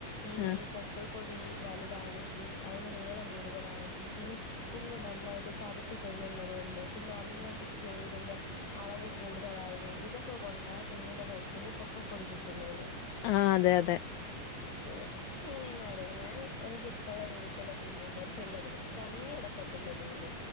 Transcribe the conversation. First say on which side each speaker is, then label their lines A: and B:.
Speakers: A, on the left; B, on the left.
A: ഈഈ
B: ആ
A: പൊക്ക കൊടി വലുതാണെങ്കി അയ്ന് നീളം കൂടുതലാണെങ്കി പിന്നെ കുഞ്ഞു നന്നായിട്ട് ചവിട്ടി തിന്നുന്നത് കൊണ്ട് പിന്നെ അം നോട്ടിക് ഫ്ലോയിഡിന്റെ അളവ് കൂടുതലായത്‌കൊണ്ട് ഇതൊക്കെ കൊണ്ട കുഞ്ഞിന്റെ കഴുത്തില് പൊക്കക്കുഴിച്ചിറ്റ്ന്നന്ന്
B: ആഹ് അതെ അതെ
A: ഞാൻ എങ്ങനെയ ഞാൻ എനിക്ക് ഇഷ്ടമുള്ള രീതിക്ക്ക്കല്ലാം പറല്ല കിടക്ക് കമങ്ങി അടക്കത്തില്ല നിള്